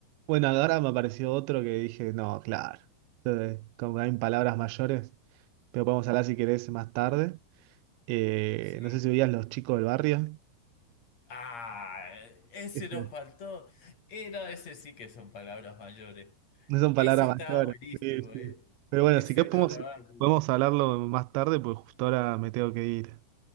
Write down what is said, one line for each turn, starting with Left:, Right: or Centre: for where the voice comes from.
Right: Bueno, ahora me apareció otro que dije, no, claro. Entonces, como hay palabras mayores, pero podemos hablar si querés más tarde. Eh,
Left: Sí.
Right: no sé si veías los chicos del barrio.
Left: Ah, ese
Right: Este,
Left: nos faltó. Eh, no, ese sí que son palabras mayores.
Right: No son palabras
Left: Ese estaba
Right: mayores.
Left: buenísimo,
Right: Sí, sí.
Left: ¿eh?
Right: Pero bueno,
Left: Ese
Right: si querés
Left: no
Right: podemos,
Left: era malo.
Right: podemos hablarlo más tarde, porque justo ahora me tengo que ir.